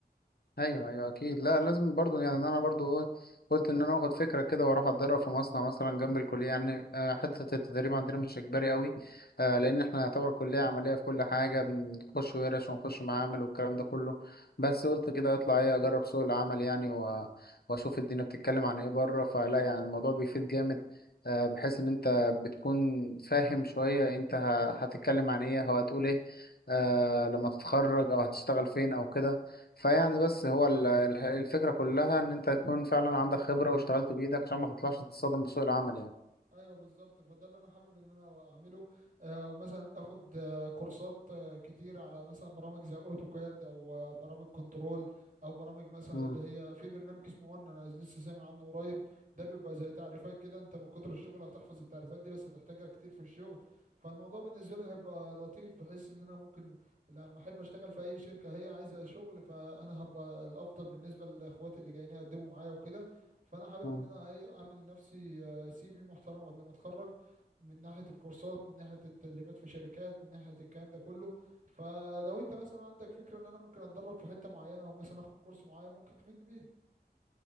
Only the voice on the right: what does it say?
ايوه بالظبط فده اللي انا حابب ان انا اعمله آه، او مثلا اخد آه، كورسات آه، كتير على مثلا برامج زي اوتوكاد او آه، برامج كنترول او برامج مثلا
اللي هي في برنامج اسمه وان انا لسه سامع عنه قريب ده بيبقى زي تعريفات كده انت من كتر الشغل هتحفظ التعريفات دي بس هتحتاجها كتير في الشغل فالموضوع بالنسبه لي هيبقى لطيف بحيث ان انا ممكن لما احب اشتغل في اي شركه هي عايزه شغل فانا هبقى الافضل بالنسبه لاخواتي اللي جايين يقدموا معايا وكده فانا حابب
ان انا ايه اعمل لنفسي سي في محترم قبل ما اتخرج من ناحية الكورسات من ناحية التدريبات في شركات من ناحية الكلام ده كله فلو انت مثلا عندك فكرة ان انا ممكن اتدرب في حتة معينة او مثلا اخد كورس معين ممكن تفيدني بيه